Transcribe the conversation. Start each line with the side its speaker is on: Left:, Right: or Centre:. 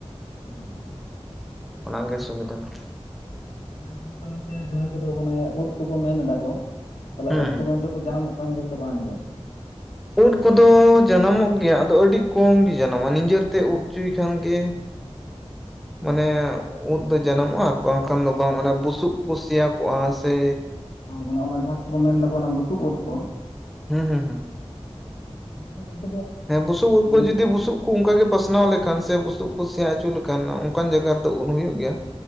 Left: ᱚ
Centre: ᱚᱱᱟ ᱜᱮ ᱥᱩᱵᱤᱫᱷᱟ ᱫᱚ᱾
Left: ᱚᱱᱮ ᱜᱚᱝᱠᱮ ᱡᱟᱦᱟᱸᱭ ᱠᱚᱫᱚ ᱚᱱᱟ ᱧᱩᱛᱩᱢ ᱛᱮ ᱡᱟᱸᱦᱟᱭ ᱠᱚ ᱫᱚ ᱳᱫ ᱚᱱᱮ ᱳᱫ ᱠᱚ ᱠᱚ ᱢᱮᱱ ᱮᱫᱟ ᱠᱚ ᱛᱟᱦᱚᱞᱮ
Centre: ᱦᱩᱸ
Left: ᱩᱫ
Centre: ᱦᱩᱸ
Left: ᱠᱚᱫᱚ ᱚᱱᱛᱮ ᱡᱟᱱᱟᱢᱚᱜ ᱡᱟᱱᱟᱢ ᱜᱮ ᱛᱚ ᱵᱟᱝ ᱜᱮ
Centre: ᱩᱫ ᱠᱚᱫᱚ ᱡᱟᱱᱟᱢᱚᱜ ᱜᱮᱭᱟ ᱟᱫᱚ ᱟᱹᱰᱤ ᱠᱚᱢ ᱜᱮ ᱡᱟᱱᱟᱢᱚᱜᱼᱟ ᱱᱤᱡᱮᱨᱛᱮ ᱩᱫ ᱦᱚᱪᱚᱭ ᱠᱷᱟᱱ ᱜᱮ,
Left: <inaudible>
Centre: ᱢᱟᱱᱮᱻ ᱩᱫ ᱫᱚ ᱡᱟᱱᱟᱢᱚᱜᱼᱟ ᱟᱨ ᱵᱟᱝᱠᱷᱟᱱ ᱫᱚ ᱵᱟᱝ ᱚᱱᱟ ᱵᱩᱥᱩᱵ ᱵᱚ ᱥᱮᱭᱟᱠᱚᱜᱼᱟ ᱥᱮ,
Left: ᱟᱨ ᱢᱟᱱᱮ ᱚᱱᱟ ᱡᱟᱦᱟᱸ ᱠᱚᱵᱚ ᱢᱮᱱ ᱫᱟᱠᱚ ᱚᱱᱟ ᱵᱩᱥᱩᱵ ᱩᱫ ᱠᱚ
Centre: ᱦᱩᱸ ᱦᱩᱸ ᱦᱩᱸ
Left: <unintelligible>
Centre: ᱦᱮᱸ ᱵᱩᱥᱩᱵ ᱩᱫ ᱠᱚ
Left: ᱢᱤᱫ
Centre: ᱡᱫᱤ ᱵᱩᱥᱩᱵ, ᱠᱩ ᱚᱱᱠᱟ ᱜᱮ ᱯᱟᱥᱱᱟᱣ ᱞᱮᱠᱷᱟᱱ ᱥᱮ ᱵᱩᱥᱩᱵ ᱠᱚ ᱥᱮᱭᱟ ᱦᱚᱪᱚ ᱞᱮᱠᱷᱟᱱ ᱚᱱᱠᱟᱱ ᱡᱟᱭᱜᱟ ᱨᱮᱫᱚ ᱩᱫ ᱦᱩᱭᱩᱜ ᱜᱮᱭᱟ,